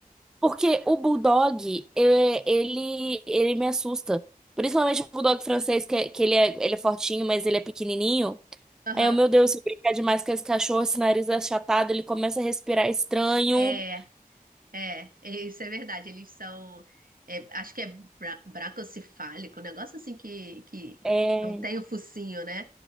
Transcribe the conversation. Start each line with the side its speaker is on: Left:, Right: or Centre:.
Centre: Porque o bulldog, é, ele, ele me assusta. Principalmente o bulldog francês, que, é- que ele é, ele é fortinho, mas ele é pequenininho.
Right: Aham.
Centre: Aí eu, meu Deus, se brincar demais com esse cachorro, esse nariz é achatado, ele começa a respirar estranho.
Right: É, É, é, isso é verdade. Eles são, é, acho que é bra bracocefálico, um negócio assim que, que
Centre: É...
Right: não tem o focinho, né?